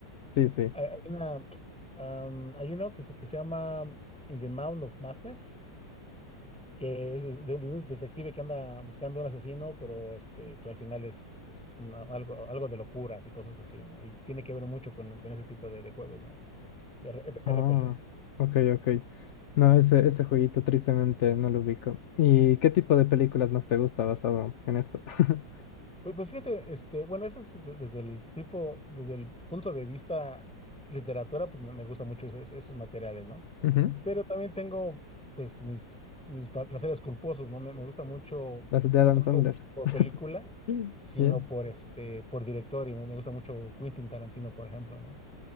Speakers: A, on the left; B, in the centre.
A: Sí, sí.
B: Hay hay una, am, hay uno que se, que se llama In the Mound of Madness, que es de un, de un detective que anda buscando un asesino, pero este, pues al final es, es una- algo, algo de locuras y cosas así, ¿no? Y tiene que ver mucho con, con ese tipo de, de juegos, ¿no? De R-
A: Ah,
B: RPG.
A: ok, ok. No, ese, ese jueguito tristemente no lo ubico. ¿Y qué tipo de películas más te gusta basado en esto? <laughs>
B: Pues, pues fíjate, este, bueno, eso es de- desde el tipo, desde el punto de vista literatura, pues me, me gusta mucho ese- ese- esos materiales, ¿no?
A: Ujú,
B: Pero también tengo, pues, mis, mis pa- placeres culposos, ¿no? Me, me gusta mucho,
A: Las de
B: no
A: Adam
B: tanto
A: Sandler.
B: por
A: <laughs>
B: película, sino
A: Yeah.
B: por este, por director, y me, me gusta mucho Quentin Tarantino, por ejemplo, ¿no?